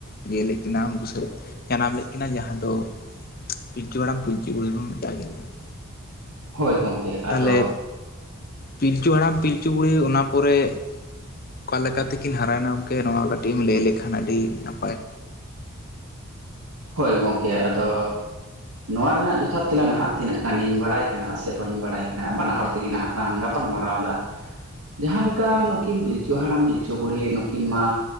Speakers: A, on the left; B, on the right.
A: ᱤᱭᱟᱹ ᱞᱮᱫ ᱠᱤᱱᱟᱹ ᱵᱩᱥᱟᱹᱜ ᱡᱟᱱᱟᱢ ᱞᱮᱫ ᱠᱤᱱᱟ ᱡᱟᱦᱟᱸ ᱫᱚ ᱯᱤᱞᱪᱩ ᱦᱟᱨᱟᱢ ᱯᱤᱞᱪᱩ ᱵᱩᱲᱦᱤ ᱦᱚᱸ ᱚᱱᱠᱟᱜᱮ ᱢᱮᱛᱟ ᱠᱟᱱᱟ
B: ᱦᱳᱭ ᱜᱚᱢᱠᱮ
A: ᱛᱟᱦᱞᱮ
B: ᱟᱫᱚ
A: ᱯᱤᱞᱪᱩ ᱦᱟᱲᱟᱢ ᱯᱤᱞᱪᱩ ᱵᱩᱲᱦᱤ ᱚᱱᱟ ᱯᱚᱨᱮ ᱚᱠᱟ ᱞᱮᱠᱟᱛᱮᱠᱤᱱ ᱦᱟᱨᱟᱭᱮᱱᱟ ᱜᱚᱢᱠᱮ ᱱᱚᱣᱟ ᱠᱟᱹᱴᱤᱡ ᱮᱢ ᱞᱟᱹᱭ ᱞᱮᱠᱷᱟᱱ ᱟᱹᱰᱤ ᱱᱟᱯᱟᱭ
B: ᱦᱳᱭ ᱜᱚᱢᱠᱮ ᱟᱫᱚ ᱱᱚᱣᱟ ᱨᱮᱱᱟᱜ ᱡᱚᱛᱷᱟᱛ ᱛᱮᱞᱟ ᱱᱟᱦᱟᱜ ᱛᱤᱱᱟᱹᱜ ᱜᱟᱱᱤᱧ ᱵᱟᱲᱟᱭ ᱠᱟᱱᱟ ᱥᱮ ᱥᱮ ᱵᱟᱹᱧ ᱵᱟᱲᱟᱭ ᱠᱟᱱᱟ ᱵᱟᱱᱟ ᱦᱚᱲ ᱛᱮᱜᱮ ᱱᱟᱦᱟᱜ ᱞᱟᱝ ᱜᱟᱯᱟᱞ ᱢᱟᱨᱟᱣ ᱮᱫᱟ ᱡᱟᱦᱟᱸ ᱞᱮᱠᱟ ᱱᱩᱠᱤᱱ ᱯᱤᱞᱪᱩ ᱦᱟᱲᱟᱢ ᱯᱤᱞᱪᱩ ᱵᱩᱲᱦᱤ ᱱᱩᱠᱤᱱ ᱢᱟ